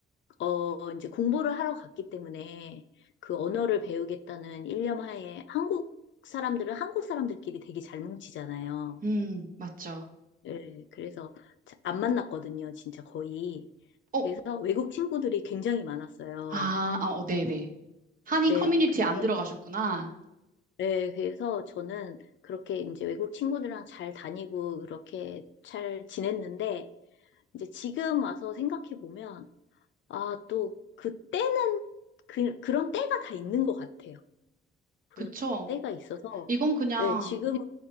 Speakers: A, on the left; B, on the right.
A: 어 이제 공부를 하러 갔기 때문에 그 언어를 배우겠다는 일념 하에 한국 사람들은 한국 사람들끼리 되게 잘 뭉치잖아요.
B: 음, 맞죠.
A: 예, 그래서 자- 안 만났거든요, 진짜 거의.
B: 어,
A: 그래서 외국 친구들이 굉장히 많았어요.
B: 아, 아, 어, 네네. 한인
A: 네,
B: 커뮤니티
A: 근데
B: 안 들어가셨구나.
A: 네, 그래서 저는 그렇게 이제 외국 친구들이랑 잘 다니고 그렇게 잘 지냈는데 이제 지금 와서 생각해 보면 아, 또, 그때는, 그, 그런 때가 다 있는 것 같아요. 그런
B: 그쵸?
A: 때가 있어서,
B: 이건 그냥
A: 네, 지금은,